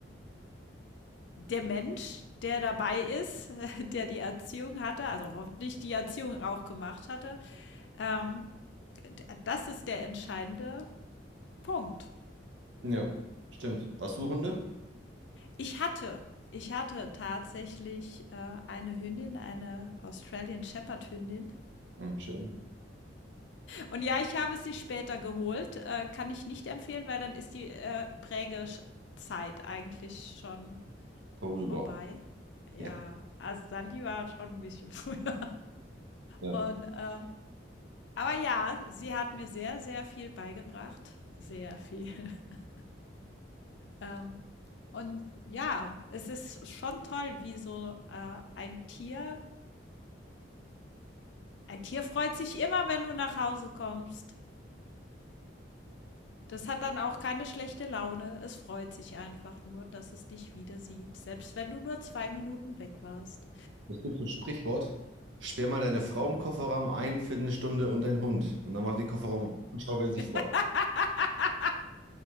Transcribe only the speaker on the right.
Ja, stimmt. Hast du Hunde?
Hm, schön.
Vorüber.
Ja,
ja.
Es gibt so ein Sprichwort, sperr mal deine Frau im Kofferraum ein für eine Stunde und deinen Hund. Und dann mach den Kofferraum auf und schau, wer
sich freut.